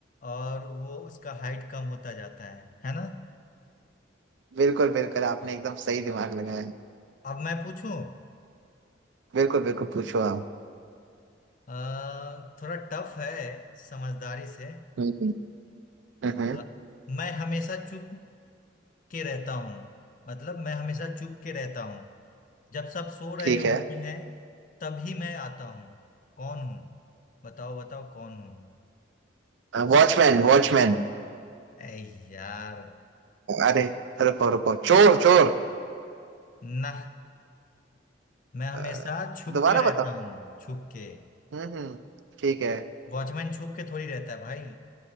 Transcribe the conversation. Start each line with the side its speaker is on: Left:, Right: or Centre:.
Left: और वो उसका हाइट कम होता जाता है है ना
Right: बिल्कुल बिल्कुल आपने एकदम सही दिमाग लगाया
Left: अब मैं पूछूं
Right: बिल्कुल बिल्कुल पूछो आप
Left: अ, थोड़ा टफ है समझदारी से
Right: हम्म हम्म,
Left: अ, मैं हमेशा चुप के रहता हूँ मतलब मैं हमेशा चुप के रहता हूँ जब सब सो रहे
Right: ठीक
Left: होते
Right: है
Left: हैं तभी मैं आता हूँ कौन हूँ बताओ बताओ कौन हूँ
Right: वॉचमैन वॉचमैन
Left: ऐ यार
Right: अरे रुको रुको चोर चोर
Left: ना मैं हमेशा
Right: अ,
Left: छुप
Right: दोबारा
Left: के रहता
Right: बताओ
Left: हूँ छुप के
Right: हम्म हम्म, ठीक है
Left: वॉचमैन छुप के थोड़ी रहता है भाई